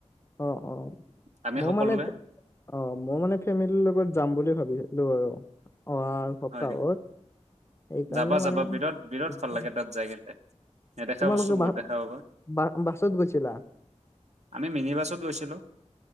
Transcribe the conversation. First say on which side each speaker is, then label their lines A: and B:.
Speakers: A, on the left; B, on the right.
A: অঁ অঁ
B: আমি
A: মোৰ
B: সকলোৱে
A: মানে অঁ মই মানে ফেমিলিৰ লগত যাম বুলি ভাবিছিলো আৰু অহা সপ্তাহত।
B: হয় নি
A: এইকাৰণে
B: যাবা
A: মানে
B: যাবা বিৰাট বিৰাট
A: স
B: ভাল লাগে তাত যাই কিন্তে নেদেখা
A: তোমালোকে
B: বস্তু বহুত
A: বা
B: দেখা পাবা।
A: বা বাছত গৈছিলা?
B: আমি মিনি বাছত গৈছিলোঁ।